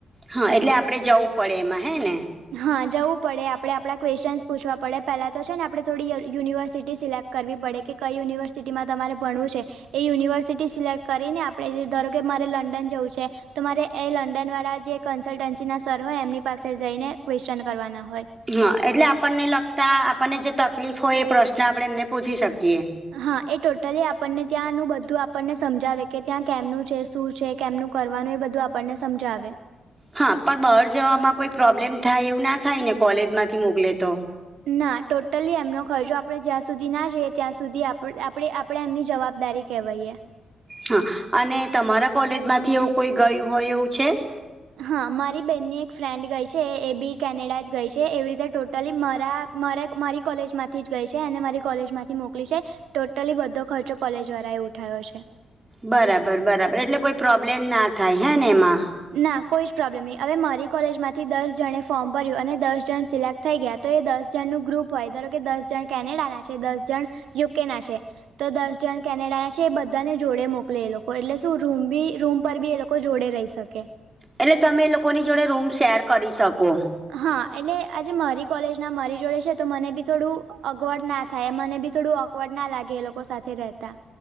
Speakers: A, on the right; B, on the right.
A: હા એટલે આપણે જવું પડે એમાં હે ને.
B: હા જવું પડે આપણે આપણા ક્વેશ્નસ પૂછવા પડે પેલા તો છે ને આપણે થોડી યુનિવર્સિટી સિલેક્ટ કરવી પડે કે કઈ યુનિવર્સિટીમાં તમારે ભણવું છે. એ યુનિવર્સિટી સિલેક્ટ કરીને આપણે જે ધારો કે મારે લંડન જવું છે. તમારે એ લંડન વાળા જે કન્સલ્ટન્સી ના સર હોય એમની પાસે જઈને ક્વેશચન કરવાના હોય.
A: હા એટલે આપણને લગતા આપણને જે તકલીફ હોય એ પ્રશ્ન આપણે એમને પૂછી શકીએ.
B: હા એ ટોટલી આપણને ત્યાંનું બધું આપણને સમજાવે કે ત્યાં કેમનું છે. શું છે કેમનું કરવાનું એ બધું આપણને સમજાવે.
A: હા પણ બહાર જવામાં કોઈ પ્રોબ્લેમ થાય એવું ના થાય ને કોલેજમાંથી મોકલે તો?
B: ના ટોટલી એમનો ખર્ચો આપણે જ્યાં સુધી ના જઈએ ત્યાં સુધી આપ આપણે આમ આપણે એમની જવાબદારી કહેવાએ.
A: હા અને તમારા કોલેજમાંથી એવું કોઈ ગયું હોય એવું છે?
B: હા મારી બેહેનની એક ફ્રેન્ડ ગઈ છે એ બી કેનેડા જ ગઈ છે એવી રીતે ટોટલી મારા મારે મારી કોલેજમાંથી જ ગઈ છે અને મારી કોલેજમાંથી મોકલી છે. ટોટલી બધો ખર્ચો કોલેજ વાળા એ ઉઠાયો છે.
A: બરાબર બરાબર એટલે કોઈ પ્રોબ્લેમ ના થાય હે ને એમાં?
B: ના કોઈ જ પ્રોબ્લેમ નહી હવે મારી કોલેજમાંથી દસ જણે ફોર્મ ભર્યું અને દસ જણ સિલેક્ટ થઈ ગયા તો એ દસ જણનું ગ્રુપ હોય ધારો કે દસ જણ કેનેડા ના છે દસ જણ યુકે ના છે. તો દસ જણ કેનેડા ના છે એ બધાને જોડે મોકલે એ લોકો એટલે શું રૂમ બી રૂમ પર બી એ લોકો જોડે રહી શકે.
A: એટલે તમે એ લોકોની જોડે રૂમ શેર કરી શકો.
B: હા એટલે આજે મારી કોલેજ ના મારી જોડે છે તો મને બી થોડું અગવડ ના થાય મને બી થોડું અકવડ ના લાગે એ લોકો સાથે રહેતા.